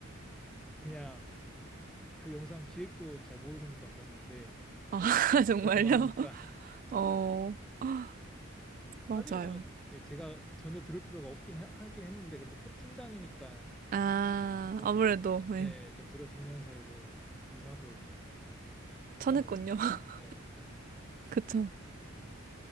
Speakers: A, in the centre; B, on the right (about 40°).
A: 그냥 그 영상 기획도 잘 모르는 것 같았는데
B: 아, <laughs> 정말요?
A: 그렇게 말하니까 <laughs>
B: <laughs> 어. <gasps> 맞아요.
A: 따지고 보면 예, 제가 전혀 들을 필요가 없긴 해- 하긴 했는데 그래도 피- 팀장이니까
B: 아,
A: 좀
B: 아무래도,
A: 이제
B: 예.
A: 예, 좀 들어주면서 이제 유하게 좀
B: 쳐냈군요.
A: 했던 거예요.
B: <laughs>
A: 예.
B: 그쵸.
A: 예.